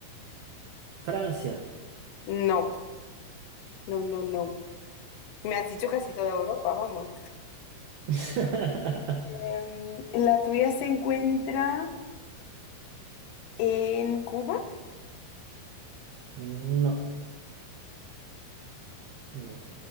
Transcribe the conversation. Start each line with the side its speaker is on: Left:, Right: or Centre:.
Right: Francia?
Left: No, no, no, no. Me has dicho casi toda Europa, vamos.
Right: <laughs>
Left: Em, ¿la tuya se encuentra en Cuba?
Right: No, no.